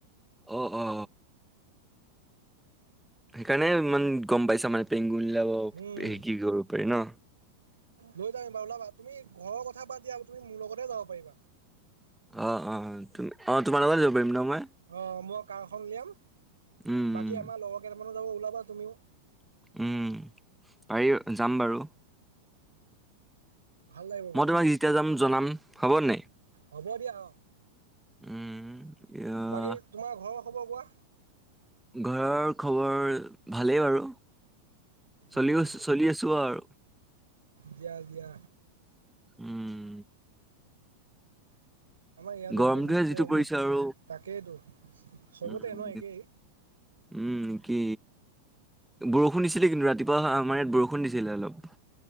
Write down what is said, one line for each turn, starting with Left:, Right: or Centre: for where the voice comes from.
Centre: অঁ অঁ। সেইকাৰণে ইমান গম পাইছা মানে পেংগুইন ওলাব,
Right: উম,
Centre: হে কি কৰিব পাৰি ন।
Right: লৈ যাম এবাৰ ওলাবা। তুমি ঘৰৰ কথা বাদ দিয়া, তুমি মোৰ লগতে যাব পাৰিবা।
Centre: অঁ অঁ অঁ তুমি, অঁ তোমাৰ লগত যাব পাৰিম ন মই।
Right: অঁ মই কাৰখন উলিয়াম,
Centre: উম
Right: বাকী আমাৰ লগৰ কেইটামানো যাব, ওলাবা তুমিও।
Centre: উম পাৰি, যাম বাৰু।
Right: ভাল লাগিব
Centre: মই
Right: গৈ,
Centre: তোমাক যেতিয়া যাম জনাম হ'ব নাই
Right: হ'ব দিয়া অ।
Centre: উম ইয়া
Right: বাকী তোমাৰ ঘৰৰ খবৰ কোৱা?
Centre: ঘৰৰ খবৰ ভালেই বাৰু। চলি
Right: অ',
Centre: চলি আছো আৰু।
Right: দিয়া দিয়া
Centre: উম।
Right: আমাৰ ইয়াতো
Centre: গৰমটোহে
Right: বহুত
Centre: যিটো
Right: গৰম
Centre: পৰিছে
Right: অও।
Centre: আৰু
Right: তাকেইতো চবতে
Centre: উম
Right: ন একেই।
Centre: উম কি, বৰষুণ দিছিলে কিন্তু ৰাতিপুৱা আমাৰ ইয়াত বৰষুণ দিছিলে অলপ।